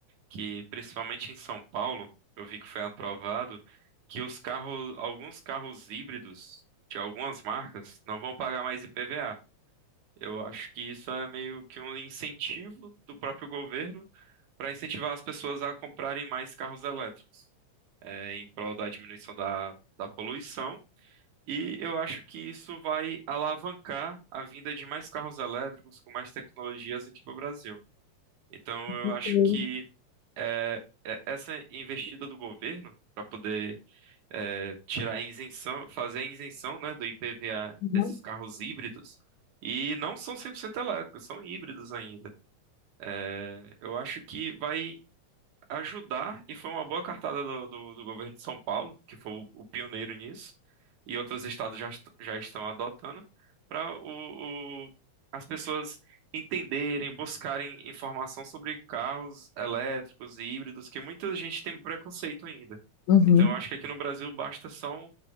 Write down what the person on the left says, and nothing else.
Sim.
Uhum.
Uhum,